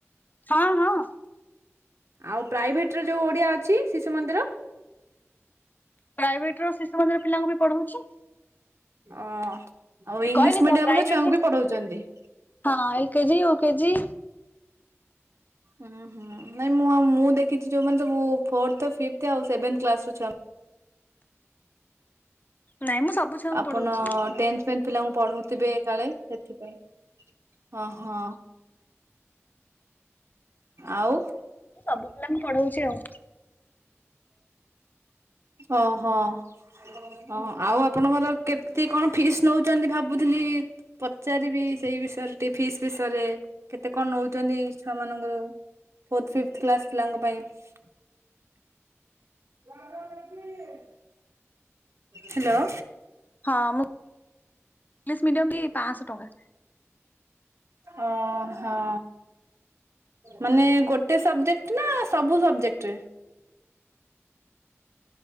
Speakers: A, on the left; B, on the right.
A: ହଁ, ହଁ।
B: ଆଉ ପ୍ରାଇଭେଟର ଯୋଉ ଓଡ଼ିଆ ଅଛି, ଶିଶୁ ମନ୍ଦିର।
A: ପ୍ରାଇଭେଟର ଶିଶୁମନ୍ଦିର ପିଲାଙ୍କୁ ବି ପଢଉଛି।
B: ଅ ଆଉ ଇଂଲିଶ
A: କହିଲି ତ
B: ମିଡିୟମର
A: ପ୍ରାଇଭେଟ
B: ଛୁଆଙ୍କୁ
A: ରେ
B: ବି ପଢଉଛନ୍ତି।
A: ହଁ, ଏଲ୍ କେଜିି, ଇଉ କେଜି।
B: ହୁ ନାଇଁ ମୁଁ ମୁଁ ଦେଖିଛି ଯୋଉମାନେ ସବୁ ଫୋର୍ଥ, ଫିବଥ ଆଉ ସେଭେନ୍ କ୍ଲାସର ଛୁଆ
A: ନାଇଁ ମୁଁ ସବୁ ଛୁଆଙ୍କୁ
B: ଆପଣ
A: ପଢଉଛି।
B: ଟେନଥ ଟେନ୍ଥ ପିଲାଙ୍କୁ ପଢଉଥିବେ କାଳେ ସେଥିପାଇଁ, ହଁ ହଁ। ଆଉ।
A: ମୁଁ ସବୁ ପିଲାଙ୍କୁ ପଢଉଛି ଆଉ।
B: ଓ ହୋ। ହ, ଆଉ ଆପଣଙ୍କର କେତେ କଣ ଫିସ୍ ନଉଛନ୍ତି ଭାବୁଥିଲି? ପଚାରିବି ସେଇ ବିଷୟରେ ଟିକେ ଫିସ୍ ବିଷୟରେ। କେତେ କଣ ନଉଛନ୍ତି ଛୁଆ ମାନଙ୍କର? ଫୋର୍ଥ, ଫିବଥ କ୍ଲାସ୍ ପିଲାଙ୍କ ପାଇଁ। <unintelligible> ହ୍ୟାଲୋ।
A: ହଁ ମୁଁ ଇଂଲିଶ ମିଡିୟମ ବି ପାଞ୍ଚଶହ ଟଙ୍କା।
B: ଓ ହଁ। ମାନେ ଗୋଟେ ସବଜେକ୍ଟ ନା ସବୁ ସବଜେକ୍ଟରେ।